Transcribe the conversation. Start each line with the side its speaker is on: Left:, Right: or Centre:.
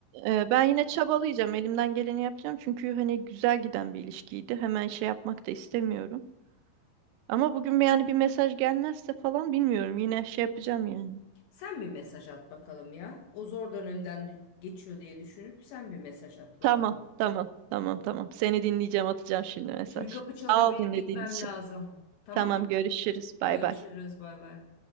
Right: e, ben yine çabalayacağım. Elimden geleni yapacağım. Çünkü hani güzel giden bir ilişkiydi. Hemen şey yapmak da istemiyorum. Ama bugün bir- yani bir mesaj gelmezse falan bilmiyorum. Yine şey yapacağım yani.
Left: Sen bir mesaj at bakalım ya. O zor dönemden dü- geçiyor diye düşünüp sen bir mesaj at bakalım.
Right: Tamam, tamam, tamam, tamam. Seni dinleyeceğim, atacağım şimdi mesaj.
Left: Şimdi kapı
Right: Sağ
Left: çalıyor benim
Right: ol dinlediğin
Left: gitmem
Right: için.
Left: lazım. Tamam.
Right: Tamam, görüşürüz. Bay
Left: Görüşürüz
Right: bay.
Left: bay bay.